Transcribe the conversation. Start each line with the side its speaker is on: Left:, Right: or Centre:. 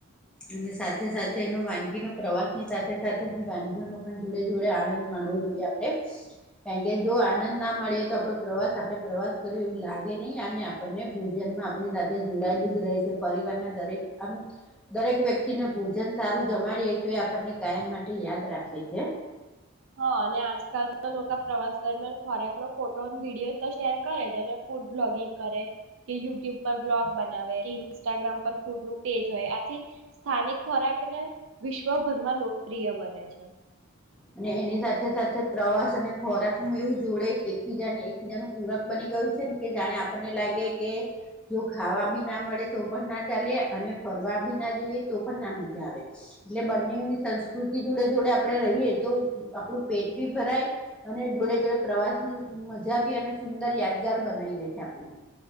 Centre: અને સાથે સાથે એનો વાનગીનો પ્રવાસ ની સાથે સાથે એની વાનગીઓનો પણ જોડે જોડે આનંદ માણવો જોઈએ આપડે કારણ કે જો આનંદ ના મળીએ તો આપણો પ્રવાસ આપણે પ્રવાસ કર્યો એવું લાગે નહીં અને આપણને ભોજનમાં આપણી સાથે જોડાયેલું જ રહે છે પરિવારના દરેક આમ દરેક વ્યક્તિને ભોજન સારું જમાડીએ તો એ આપણને કાયમ માટે યાદ રાખીએ છે
Right: હા અને આજકાલ તો લોકો પ્રવાસ દરમિયાન ખોરાકનોો ફોટો વિડીિયો તો શેર કરે છે અને ફૂડ બ્લોગિંગ કરે કે યુટ્યુબ પર બ્લોગ બનાવે કે ઇન્સ્ટાગ્રામ પર ફૂડ નું પેજ હોય આથી સ્થાનિક ખોરાક ને વિશ્વભરમાં લોકપ્રિય બને છે
Centre: અને એની સાથે સાથે પ્રવાસ અને ખોરાક નું એવું જોડે એકબીજા ને એકબીજા ન પૂરક બની ગયું છે ને કે જાણે આપણને લાગે કે જો ખાવા બી ના મળે તો પણ ના ચાલે અને ફરવા બી ના જઈએ તો પણ ના મજા આવે એટલે બંનેની સંસ્કૃતિ જોડે જોડે આપણે રહીએ તો આપણું પેટ ભી ભરાય અને જોડે જોડે પ્રવાસની મજા ભી અને સુંદર યાદગાર બનાવી રે છે આપણું